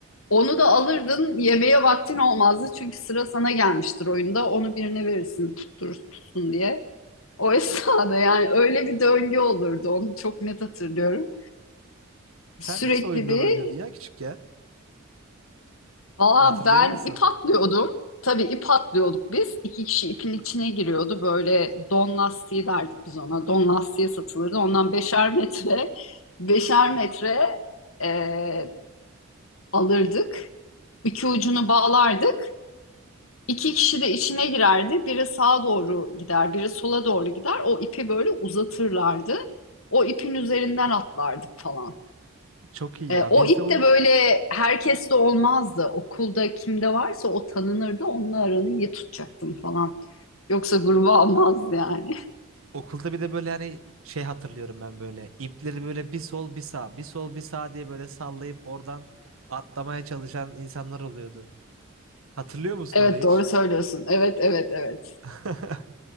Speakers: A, on the left; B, on the right.
A: Onu da alırdın yemeğe vaktin olmazdı çünkü sıra sana gelmiştir oyunda onu birine verirsin tutturur tutsun diye. O <laughs> esnada yani öyle bir döngü olurdu onu çok net hatırlıyorum.
B: Sen
A: Sürekli
B: nasıl oyunlar
A: bir
B: oynuyordun ya küçükken?
A: Valla
B: Hatırlıyor
A: ben
B: musun?
A: ip atlıyordum. Tabii ip atlıyorduk biz. İki kişi ipin içine giriyordu. Böyle don lastiği derdik biz ona. Don lastiği satılırdı. Ondan beşer metre, <laughs> beşer metre e, alırdık. İki ucunu bağlardık. İki kişi de içine girerdi. Biri sağa doğru gider, biri sola doğru gider. O ipi böyle uzatırlardı. O ipin üzerinden atlardık falan.
B: Çok iyi
A: E,
B: ya.
A: o
B: Biz
A: ip
B: de onu
A: de böyle herkeste olmazdı. Okulda kimde varsa o tanınırdı. Onunla aranı iyi tutacaktın falan. Yoksa gruba almaz yani. <laughs>
B: okulda bir de böyle hani şey hatırlıyorum ben böyle. İpleri böyle bir sol bir sağ, bir sol bir sağ diye böyle sallayıp oradan atlamaya çalışan insanlar oluyordu. Hatırlıyor musun
A: Evet
B: onu hiç?
A: doğru söylüyorsun. Evet evet evet.
B: <laughs>